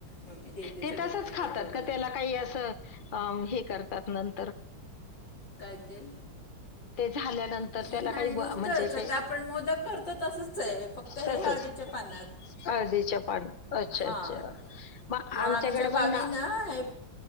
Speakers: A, on the left; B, on the left.
A: मम्मी देते
B: ते
A: सगळ्यांना
B: तसच
A: हे
B: खातात
A: थोडं
B: का
A: थोडं
B: त्याला काही असं हे करतात नंतर?
A: काय ते?
B: ते झाल्या नंतर
A: नाही
B: त्याला
A: नाही
B: काही
A: नुसतंच
B: म्हणजे
A: आता
B: काही
A: आपण मोदक करतो तसंच आहे फक्त हे
B: तसच
A: हळदीच्या पानात
B: अर्धीच्या पान अच्छा
A: हां
B: अच्छा मग
A: किंवा
B: आमच्याकडे
A: आमच्या गावी
B: पण ना?
A: हे